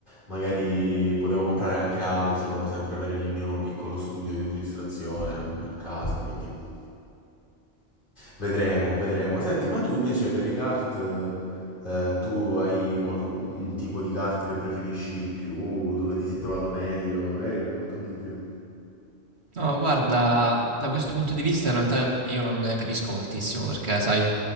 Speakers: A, on the left; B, on the right.
A: magari potevo comprare anche altro, sempre per il mio piccolo studio di registrazione a casa, quindi vedremo, vedremo. Senti, ma tu invece per i kart, eh, tu hai qualcun un tipo di kart che preferisci di più, dove ti sei trovato meglio? Magari raccontami di più.
B: No, guarda, da questo punto di vista in realtà io non ne capisco moltissimo perché, sai,